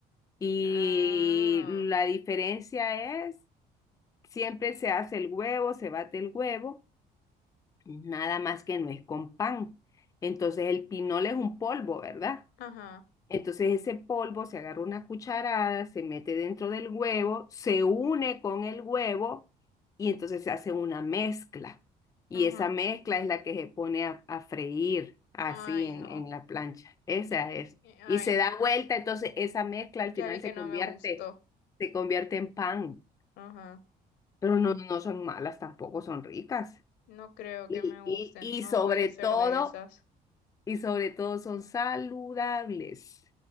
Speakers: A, on the left (about 20°); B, on the left (about 85°).
A: Y
B: Ah.
A: la diferencia es, siempre se hace el huevo, se bate el huevo, nada más que no es con pan. Entonces el pinol es un polvo, ¿verdad?
B: Ajá.
A: Entonces ese polvo se agarra una cucharada, se mete dentro del huevo, se une con el huevo y entonces se hace una mezcla. Y
B: Ajá.
A: esa mezcla es la que se pone a, a freír así
B: Ay,
A: en,
B: no.
A: en la plancha. Esa
B: Ya-
A: es.
B: eh, Ay,
A: Y se
B: no.
A: da vuelta, entonces esa mezcla al final
B: Ya vi que
A: se
B: no
A: convierte,
B: me gustó.
A: se convierte en pan.
B: Ajá.
A: Pero no, no son malas tampoco, son ricas.
B: No creo
A: Y,
B: que me gusten.
A: y, y
B: No
A: sobre
B: voy a hacer
A: todo,
B: de esas.
A: y sobre todo son saludables,